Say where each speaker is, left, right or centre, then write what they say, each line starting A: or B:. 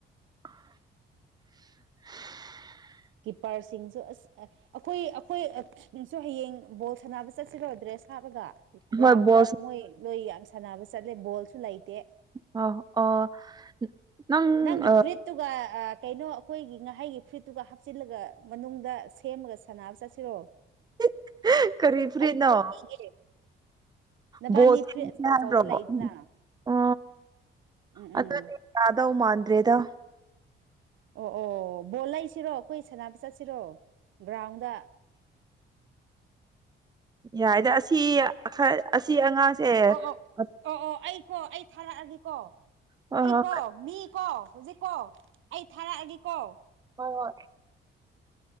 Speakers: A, on the right; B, on the right.
A: <unintelligible>
B: ꯀꯤꯞꯄꯔꯁꯤꯡꯁꯨ ꯑꯁ ꯑ ꯑꯩꯈꯣꯏ ꯑꯩꯈꯣꯏꯁꯨ ꯍꯌꯦꯡ ꯕꯣꯜ ꯁꯥꯟꯅꯕ ꯆꯠꯁꯤꯔꯣ ꯗ꯭ꯔꯦꯁ ꯍꯥꯞꯔꯒ ꯒ꯭ꯔꯥꯎꯟꯗ
A: ꯍꯣꯏ ꯕꯣꯜ
B: ꯃꯣꯏ ꯂꯣꯏ ꯌꯥꯝ ꯁꯥꯟꯅꯕ ꯆꯠꯂꯦ ꯕꯣꯜꯁꯨ ꯂꯩꯇꯦ
A: ꯑꯧ ꯑꯣ ꯅꯪ
B: ꯅꯪꯒꯤ
A: ꯑ
B: ꯐꯨꯔꯤꯠꯇꯨꯒ ꯑ ꯀꯩꯅꯣ ꯑꯈꯣꯏꯒꯤ ꯉꯥꯍꯩꯒꯤ ꯐꯨꯔꯤꯠꯇꯨꯒ ꯍꯥꯞ ꯆꯤꯜꯂꯒ ꯃꯅꯨꯡꯗ ꯁꯦꯝꯃꯒ ꯁꯥꯟꯅꯕ ꯆꯠꯁꯤꯔꯣ
A: <unintelligible> ꯀꯔꯤ ꯐꯨꯔꯤꯠ
B: ꯑꯩ
A: ꯅꯣ
B: ꯐꯣꯠ ꯄꯤꯒꯦ ꯅꯕꯥꯅꯤ
A: ꯕꯣꯜ <unintelligible>
B: ꯐꯨꯔꯤꯠ ꯑꯆꯧ
A: ꯅꯥꯟꯗ꯭ꯔꯕꯣ
B: ꯑꯆꯧꯕ ꯂꯩꯗꯅ
A: ꯎꯝ ꯎꯝ
B: ꯎꯝ
A: ꯑꯣ
B: ꯎꯝ
A: ꯑꯗꯨꯗꯤ ꯌꯥꯥꯗꯧ ꯃꯥꯟꯗ꯭ꯔꯦꯗ
B: ꯑꯣ ꯑꯣ ꯕꯣꯜ ꯂꯩꯁꯤꯔꯣ ꯑꯩꯈꯣꯏ ꯁꯥꯟꯅꯕ ꯆꯠꯁꯤꯔꯣ ꯒ꯭ꯔꯥꯎꯟꯗ
A: ꯌꯥꯏꯗ ꯑꯁꯤ ꯈꯔ- ꯑꯁꯤ ꯑꯉꯥꯡꯁꯦ
B: ꯑꯣ ꯑꯣ
A: ꯍꯣꯏ
B: ꯑꯣ ꯑꯣ ꯑꯩ ꯀꯣ ꯑꯩ ꯊꯥꯔꯛꯑꯒꯦꯀꯣ
A: ꯍꯣꯏ
B: ꯑꯩ ꯀꯣ ꯃꯤ ꯀꯣ ꯍꯧꯖꯤꯛ ꯀꯣ ꯑꯩ ꯊꯥꯔꯛꯑꯒꯦꯀꯣ
A: ꯍꯣꯏ ꯍꯣ